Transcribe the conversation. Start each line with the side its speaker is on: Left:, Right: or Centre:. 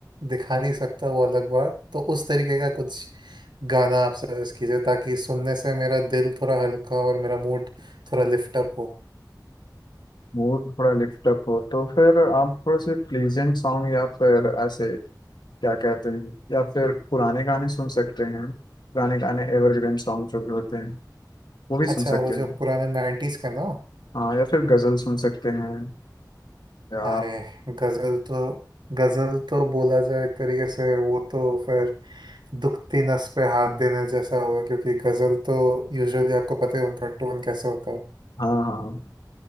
Right: दिखा नहीं सकता वो अलग बात तो उस तरीके का कुछ गाना आप सजेस्ट कीजिए ताकि सुनने से मेरा दिल थोड़ा हल्का और मेरा मूड थोड़ा लिफ्ट अप हो
Left: मूड थोड़ा लिफ्ट अप हो तो फिर आप थोड़े से प्लीजेंट सॉन्ग या फिर ऐसे क्या कहते हैं या फिर पुराने गाने सुन सकते हैं पुराने गाने एवरग्रीन सॉन्ग जो भी होते हैं वो भी
Right: अच्छा
Left: सुन सकते
Right: वो
Left: हैं
Right: जो पुराने नाइन्टीज का ना
Left: हाँ या फिर गज़ल सुन सकते हैं या
Right: अरे गजल तो गजल तो बोला जाए एक तरीके से वो तो फिर दुखती नस पे हाथ देने जैसा होगा क्योंकि गजल तो यूजुअली आपको पता है उनका टोन कैसे होता है
Left: हाँ हाँ